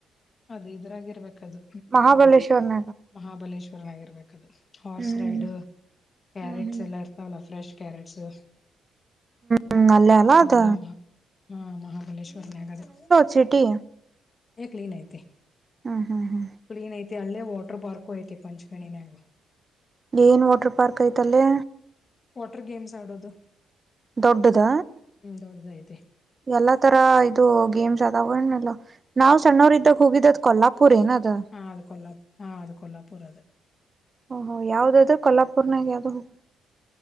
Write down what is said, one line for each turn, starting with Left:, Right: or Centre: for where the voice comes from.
Left: ಅದ ಇದ್ರಾಗ ಇರಬೇಕ ಅದು
Right: ಮಹಾಬಲೇಶ್ವನ.
Left: ಮಹಾಬಲೇಶ್ವರನಗರ್ಬೇಕದು ಹಾರ್ಸ್
Right: ಹ್ಮ್
Left: ರೈಡ್ ಕ್ಯಾರೆಟ್ಸ್
Right: ಹ್ಮ್ ಹ್ಮ್
Left: ಎಲ್ಲ ಇ ಅವೌಲ್ಲ ಫ್ರೆಶ್ ಕ್ಯಾರೆಟ್ಸು.
Right: ಹ್ಮ್ ಅಲ್ಲೇ ಅಲ್ಲ
Left: ಅವೆಲ್ಲ
Right: ಅದ
Left: ಮಾ ಹಾ ಮಹಾಬಲೇಶ್ವರ್ನೇಗ ಅದಾವ
Right: ಚೀಟಿ
Left: ಏ ಕ್ಲೀನ್ ಐತಿ
Right: ಹಾ ಹಾ ಹಾ
Left: ಕ್ಲೀನ್ ಐತಿ ಅಲ್ಲೇ ವಾಟರ್ ಪಾರ್ಕ್ ಐತಿ ಪಂಚಕಣಿನ್ಯಾಗ
Right: ಏನ್ ವಾಟರ್ ಪಾರ್ಕ್ ಐತಲ್ಲೇ
Left: ವಾಟರ್ ಗೇಮ್ಸ್ ಆಡೋದು
Right: ದೊಡ್ಡದ
Left: ಹ್ಮ್ ದೊಡ್ಡದ ಐತಿ
Right: ಎಲ್ಲಾ ತರ ಇದು ಗೇಮ್ಸ್ ಅದಾವ ಏನ ಇಲ್ಲ ನಾವ್ ಸಣ್ಣವರ್ ಇದ್ದಾಗ ಹೋಗಿದ್ದದ್ ಕೊಲ್ಲಾಪುರ್ ಏನ ಅದು
Left: ಹ ಅದು ಕೊಲ್ಲಾ ಹ ಅದು ಕೊಲ್ಲಾಪುರ
Right: ಓಹೋ ಯಾವುದದು ಕೊಲ್ಲಾಪುರನಾಗ್ ಯಾವದ ಹ